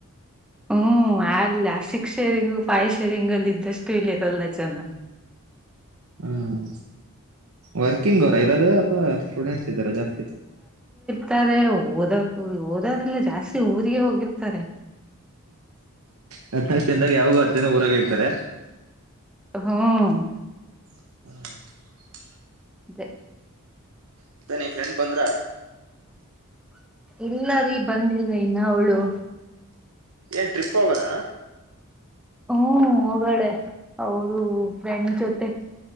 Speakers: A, in the centre; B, on the right (about 75°).
A: ಹ್ಮ್ ಅಲ್ಲಿ ಲಾಸ್ಟಿಗ ಶೇರಿಂಗು ಪಾಯ ಶೇರಿಂಗ್ ಅಲ್ಲಿ ಇದ್ದಷ್ಟು ಇಲ್ಲಿರಲ್ಲ ಜನ
B: ಹ್ಮ ವರ್ಕಿಂಗ್ ಅವರ ಇರೋದ ಅಥವಾ ಸ್ಟೂಡೆಂಟ್ಸ್ ಇದಾರ ಜಾಸ್ತಿ
A: ತಾರೆ ಓದಕ ಓದರಿಲ್ಲ ಜಾಸ್ತಿ ಊರಿಗೆ ಹೋಗಿಲ್ತಾರೆ
B: ಹದಿನಾಲ್ಕು ಜನದಾಗ ಯಾವಾಗು ಹತ್ತು ಜನ ಊರಾಗ ಇರ್ತಾರೆ
A: ಹ್ಮ್
B: <unintelligible>
A: ದ್ <unintelligible>
B: ಮತ್ತ ನೀ ಫ್ರೆಂಡ್ ಬಂದ್ರ
A: ಇಲ್ಲ ರೀ ಬಂದಿಲ್ಲ ಇನ್ನ ಅವಳು
B: ಏನ್ ಟ್ರಿಪ್ ಹೋಗಾರ
A: ಹ್ಮ್ ಹೋಗಾಳೆ ಅವರು ಫ್ರೆಂಡ್ ಜೊತೆ